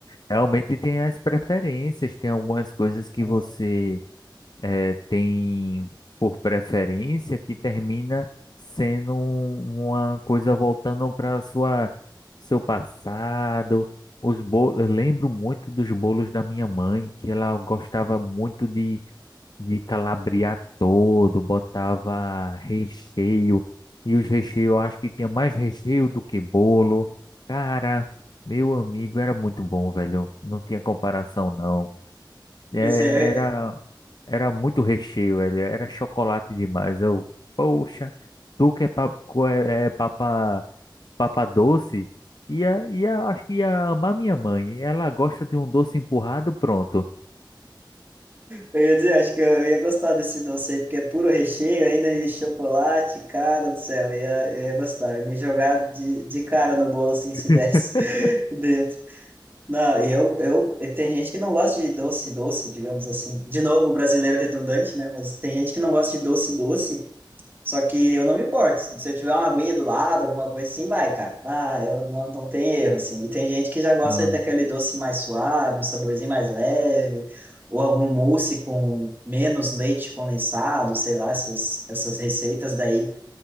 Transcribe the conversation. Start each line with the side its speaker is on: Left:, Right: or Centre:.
Left: realmente tem as preferências, tem algumas coisas que
Right: tem.
Left: você eh, tem por preferência que termina sendo um- uma coisa voltando para sua seu passado. Os bolos, eu lembro muito dos bolos da minha mãe, que ela gostava muito de de calabriar todo, botava recheio, e os recheios, eu acho que tinha mais recheio do que bolo. Cara, meu amigo, era muito bom, velho. Não tinha comparação, não. É,
Right: Esse é,
Left: era, era muito recheio, velho. Era chocolate demais. Eu, poxa, tu que é papa, é, é papa, papa doce, ia, ia, acho que ia amar minha mãe. Ela gosta de um doce empurrado, pronto.
Right: Eu ia dizer, acho que eu eu ia gostar desse doce aí, porque é puro recheio, ainda de chocolate, cara do céu, eu ia, eu ia gostar. Eu me jogar de, de cara no bolo assim, se desse
Left: <laughs>
Right: <laughs> dentro. Não, e eu, eu, e tem gente que não gosta de doce, doce, digamos assim. De novo, o brasileiro redundante, né? Mas tem gente que não gosta de doce, doce. Só que eu não me importo. Se eu tiver uma aguinha do lado, alguma coisa assim, vai, cara. Ah, eu não, não tem erro, assim. E tem gente que já gosta
Left: Porra.
Right: daquele doce mais suave, um saborzinho mais leve, ou algum mousse com menos leite condensado, sei lá, essas, essas receitas daí